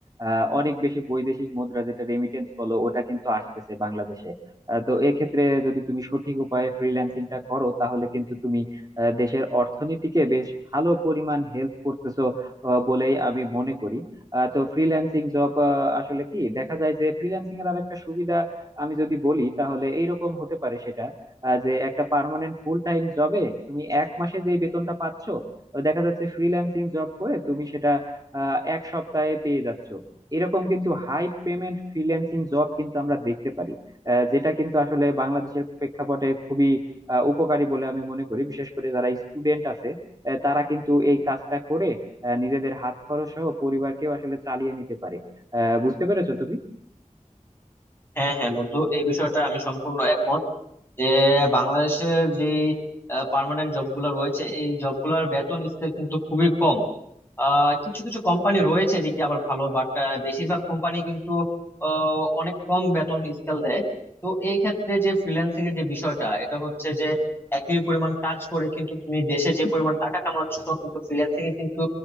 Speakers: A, on the right; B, on the left.
A: আহ, অনেক বেশি বৈদেশিক মুদ্রা যেটা রেমিটেন্স বলো ওটা কিন্তু আসতেছে বাংলাদেশে আহ, তো এক্ষেত্রে যদি তুমি সঠিক উপায়ে ফ্রিল্যান্সিংটা করো তাহলে কিন্তু তুমি আহ, দেশের অর্থনীতিকে বেশ ভালো পরিমাণ হেল্প করতেছো আহ, বলেই আমি মনে করি আহ, তো ফ্রিল্যান্সিং জব আসলে কি দেখা যায় যে ফ্রিল্যান্সিং এর আর একটা সুবিধা আমি যদি বলি তাহলে এইরকম হতে পারে সেটা আহ, যে একটা পার্মানেন্ট ফুল টাইম জবে তুমি এক মাসে যে বেতনটা পাচ্ছ দেখা যাচ্ছে ফ্রিল্যান্সিং জব করে তুমি সেটা আহ, এক সপ্তাহে পেয়ে যাচ্ছ এরকম কিন্তু হাই পেমেন্ট ফ্রিল্যান্সিং জব কিন্তু আমরা দেখতে পারি আহ, যেটা কিন্তু আসলে বাংলাদেশের প্রেক্ষাপটে খুবই আহ, উপকারী বলে আমি মনে করি বিশেষ করে যারা স্টুডেন্ট আছে আহ, তারা কিন্তু এই কাজটা করে আহ, নিজেদের হাত খরচ সহ পরিবারকেও আসলে চালিয়ে নিতে পারে আহ বুঝতে পেরেছো তুমি
B: হ্যাঁ হ্যাঁ বন্ধু এই বিষয়টা আমি সম্পূর্ণ একমত যে বাংলাদেশের যে পার্মানেন্ট জবগুলো রয়েছে এই জবগুলোর বেতন স্কেল কিন্তু খুবই কম আহ কিছু কিছু কোম্পানি রয়েছে এদিক দিয়ে আবার ভালো বাট বেশিরভাগ কোম্পানি কিন্তু আহ, অনেক কম বেতন স্কেল দেয় তো এই ক্ষেত্রে যে ফ্রিল্যান্সিং এর যে বিষয়টা এটা হচ্ছে যে একই পরিমাণ কাজ করে কিন্তু তুমি দেশে যে পরিমাণ টাকা কামাচ্ছ কিন্তু ফ্রিল্যান্সিং এ কিন্তু